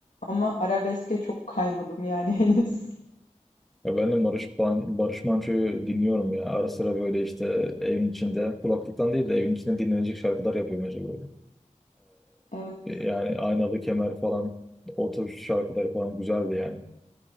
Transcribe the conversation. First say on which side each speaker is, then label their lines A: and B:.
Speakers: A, on the left; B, in the centre.
A: ama arabeske çok kaymadım yani <laughs> henüz.
B: Ya ben de Barış, Ban- Barış Manço'yu dinliyorum ya. Ara sıra böyle işte evin içinde, kulaklıktan değil de evin içinde dinlenecek şarkılar yapıyorum acaba böyle.
A: Evet.
B: Ee, yani Aynalı Kemer falan, o tür şarkılar falan güzeldi yani.